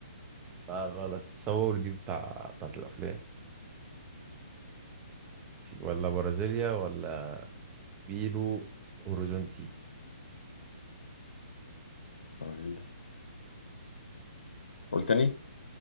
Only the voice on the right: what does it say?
لا غلط تصور دي بتاع بتاعت الافلام في ولا برازيليا ولا بيلو هوريزونتي